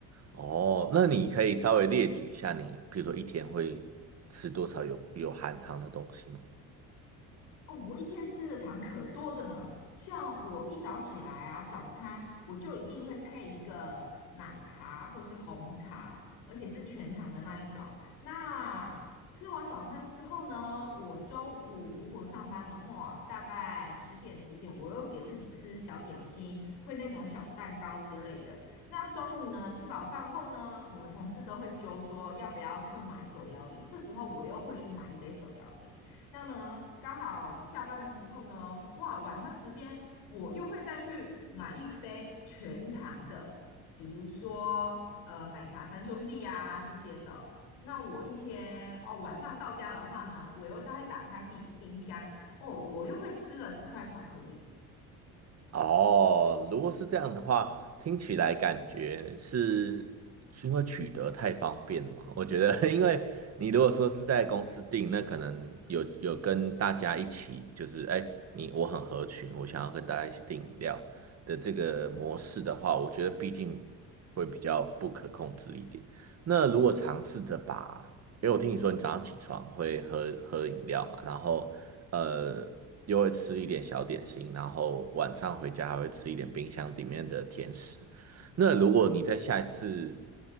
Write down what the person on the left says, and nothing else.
哦，我一天吃的糖可多的呢，像我一早起来啊，早餐我就一定会配一个奶茶或是红茶，而且是全糖的那一种。那吃完早餐之后呢，我中午如果上班的话，大概十点十一点，我又给自己吃小点心，会那种小蛋糕之类的。那中午呢，吃饱饭后呢，我们同事都会揪说要不要去买手摇饮，这时候我又会去买一杯手摇饮。那么刚好下班的时候呢，哇，晚餐时间我又会再去买一杯全糖的，比如说呃奶茶三兄弟啊这些的。那我一天哦，晚上到家的话呢，我又大概打开冰冰箱哦，我又会吃了几块巧克力